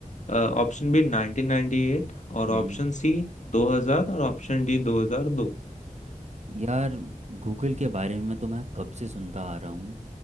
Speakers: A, on the left; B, on the right.
A: option B 1998 और
B: हम्म
A: ऑप्शन सी 2000 और ऑप्शन डी 2002
B: यार गूगल के बारे में मैं तो मैं कब से सुनता आ रहा हूँ